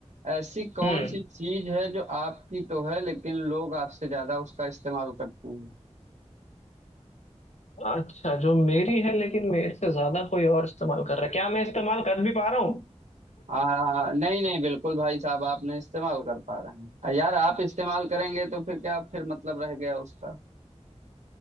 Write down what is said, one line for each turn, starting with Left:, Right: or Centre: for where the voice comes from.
Right: ऐसी कौन
Left: हम्म
Right: सी चीज है जो आपकी तो है लेकिन लोग आपसे ज्यादा उसका इस्तेमाल करते हैं
Left: अच्छा जो मेरी है लेकिन मेरे से ज्यादा कोई और इस्तेमाल कर रहा है क्या मैं इस्तेमाल कर भी पा रहा हूँ
Right: आ, नहीं नहीं बिल्कुल भाई साहब आप नहीं इस्तेमाल कर पा रहे हैं आ, यार आप इस्तेमाल करेंगे तो फिर क्या फिर मतलब रह गया उसका